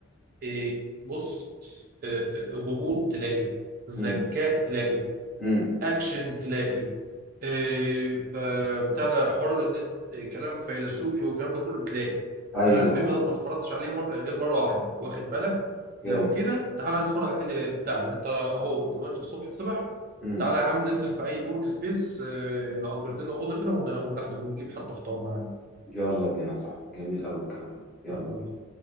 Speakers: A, on the right; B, in the centre.
A: آه، بص آه، آه، غموض تلاقي ذكاء
B: امم
A: تلاقي
B: امم
A: اكشن تلاقي إيه، فابتدى حوار النت إيه، كلام فيلسوفي والكلام ده كله تلاقي
B: ايوه
A: انا الفيلم
B: اه
A: ده ما اتفرجتش عليه مر... غير مره واحده واخد بالك
B: جامد
A: لو كده تعالى نتفرج عليه ده- بتاعنا انت اهو دلوقتي الصبح الصبح
B: امم
A: تعالى يا عم ننزل في اي ورك سبيس إيه، نأجر لنا اوضه كده ون- ونحضر ونجيب حتى فطار معانا
B: يلا بينا صح جميل قوي الكلام ده يلا
A: طب
B: بينا